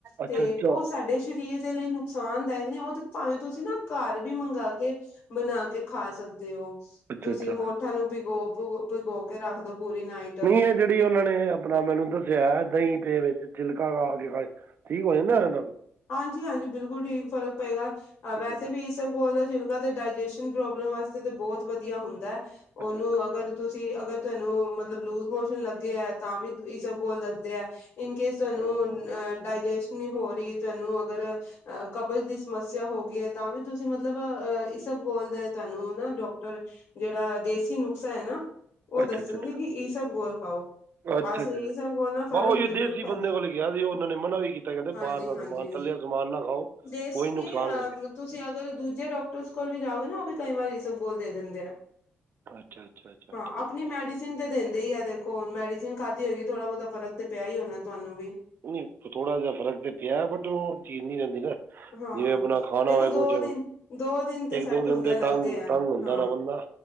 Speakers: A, on the left; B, on the right.
A: ਤੇ
B: ਅੱਛਾ ਅੱਛਾ
A: ਉਹ ਸਾਡੇ ਸਰੀਰ ਦੇ ਲਈ ਨੁਕਸਾਨਦਾਇਕ ਨਈ ਉਹ ਤੇ ਭਾਵੇਂ ਤੁਸੀਂ ਨਾ ਘਰ ਵੀ ਮੰਗਾ ਕੇ, ਬਣਾ ਕੇ ਖਾ ਸਕਦੇ ਓ।
B: ਅੱਛਾ
A: ਤੁਸੀਂ
B: ਅੱਛਾ
A: ਮੋਠਾਂ ਨੂੰ ਭਿਗੋ ਭ ਭਿਗੋ ਕੇ ਰੱਖ ਦੋ। ਪੂਰੀ ਨਾਈਟ
B: ਨਈ ਐ ਜਿਹੜੀ ਉਹਨਾਂ ਨੇ ਆਪਣਾ ਮੈਨੂੰ ਦੱਸਿਆ, ਦਈ ਦੇ ਵਿੱਚ ਛਿਲਕਾ ਖਾ ਕੇ ਖਾਏ, ਠੀਕ ਹੋ ਜਾਂਦਾ ਇਹਦੇ ਨਾਲ?
A: ਹਾਂਜੀ-ਹਾਂਜੀ, ਬਿਲਕੁਲ ਠੀਕ, ਫ਼ਰਕ ਪਏਗਾ।
B: ਅੱਛਾ
A: ਵੈਸੇ
B: ਅੱਛਾ
A: ਵੀ ਇਸਬਗੋਲ ਦਾ ਛਿਲਕਾ ਤੇ ਡਾਇਜੈਸ਼ਨ ਪ੍ਰੋਬਲਮ ਵਾਸਤੇ ਤੇ ਬਹੁਤ ਵਧੀਆ ਹੁੰਦੈ। ਉਹਨੂੰ
B: ਅੱਛਾ ਅੱਛਾ
A: ਅਗਰ ਤੁਸੀਂ ਅਗਰ ਤੈਨੂੰ ਮਤਲਬ ਲੂਜ ਮੋਸ਼ਨ ਲੱਗੇ ਐ ਤਾਂ ਵੀ ਇਸਬਗੋਲ ਦੱਸਦੇ ਐ। ਇਨ ਕੇਸ ਤੁਹਾਨੂੰ
B: ਹਾਂ।
A: ਡਾਇਜੈਸ ਨੀ ਹੋ ਰੀ ਤੁਹਾਨੂੰ ਅਗਰ ਅਹ ਕਬਜ਼ ਦੀ ਸਮੱਸਿਆ ਹੋ ਗਈ ਐ, ਤਾਂ ਵੀ ਤੁਸੀਂ ਮਤਲਬ ਅਹ ਇਸਭਘੋਲ ਦਾ ਤੁਾਨੂੰ ਨਾ ਡਾਕਟਰ, ਜਿਹੜਾ ਦੇਸੀ ਨੁਕਸਾ ਏ ਨਾ ਉਹ ਦੱਸਣਗੇ
B: ਅੱਛਾ ਅੱਛਾ ਅੱਛਾ
A: ਕਿ ਇਸਬਗੋਲ ਖਾਓ।
B: ਅੱਛਾ
A: ਬਸ
B: ਅੱਛਾ
A: ਇਸਬਗੋਲ ਨਾਲ ਫ਼ਰਕ
B: ਬਾ ਉਹ ਹੀ
A: ਜ਼ਰੂਰ
B: ਦੇਸੀ
A: ਪੈਂਦਾ।
B: ਬੰਦੇ ਕੋਲ ਗਿਆ ਸੀ ਉਹਨਾਂ ਨੇ ਮਨਾ ਵੀ ਕੀਤਾ ਕਹਿੰਦੇ
A: ਹਾਂਜੀ-ਹਾਂਜੀ
B: ਬਾਹਰ ਦਾ ਸਮਾਨ ਤਲਿਆ ਸਮਾਨ ਨਾ ਖਾਓ
A: ਦੇ ਸੀਗੀ,
B: ਉਹੀ ਨੁਕਸਾਨ
A: ਅਹ
B: ਕਰੇ
A: ਤੁਸੀਂ ਅਗਰ ਦੂਜੇ ਡਾਕਟਰਸ ਕੋਲ ਵੀ ਜਾ ਜਾਓਗੇ ਨਾ, ਓ ਵੀ ਕਈ ਵਾਰੀ ਈਸਬਗੋਲ ਦੇ ਦਿੰਦੇ ਆ।
B: ਅੱਛਾ ਅੱਛਾ ਅੱਛਾ
A: ਹਾਂ,
B: ਠੀਕ
A: ਆਪਣੀ
B: ਹੈ ਜੀ।
A: ਮੈਡੀਸਿਨ ਤੇ ਦੇਂਦ ਦੇ ਹੀ ਆ, ਦੇਖੋ ਹੁਣ ਮੈਡੀਸਨ ਖਾਧੀ ਹੋਏਗੀ, ਥੋੜਾ ਬਹੁਤਾ ਫਰਕ ਤੇ ਪਿਆ ਹੀ ਹੋਣਾ ਤੁਹਾਨੂੰ ਵੀ।
B: ਨਹੀਂ ਥੋੜਾ ਜਿਹਾ ਫਰਕ ਤੇ ਪਿਆ, ਬਟ ਉਹ ਚੀਜ਼ ਨੀ ਰਹਿੰਦੀ ਨਾ।
A: ਹਾਂ
B: ਜਿਵੇਂ ਆਪਣਾ ਖਾਣਾ
A: ਦੇਖੋ
B: ਹੋਵੇ
A: ਦੋ
B: ਕੁਛ,
A: ਦਿਨ ਦੋ ਦਿਨ ਤੇ
B: ਇੱਕ
A: ਸੈੱਟ
B: ਦੋ ਦਿਨ
A: ਹੁੰਦੇ
B: ਤੇ
A: ਆ ਲੱਗਦੇ
B: ਤੰਗ,
A: ਆ।
B: ਤੰਗ ਹੁੰਦਾ
A: ਹਾਂ
B: ਨਾ ਬੰਦਾ।